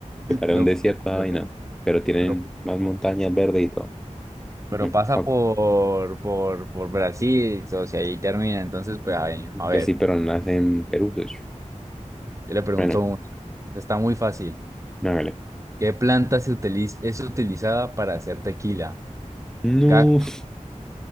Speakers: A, in the centre; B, on the right (about 25°).
A: que parece
B: No
A: un desierto,
B: puede
A: esa
B: ser.
A: vaina, pero tienen
B: pero,
A: más montañas verdes y todo.
B: pero
A: Mm,
B: pasa
A: ok.
B: por, por, por Brasil, o sea, ahí termina. Entonces, pues, ahí, a ver,
A: Pues sí, pero no nace en Perú, socio.
B: yo le pregunto
A: Bueno,
B: una. Esta está muy fácil.
A: no, vale.
B: ¿Qué planta se utiliza, es utilizada para hacer tequila?
A: No,
B: Cactus.
A: <laughs>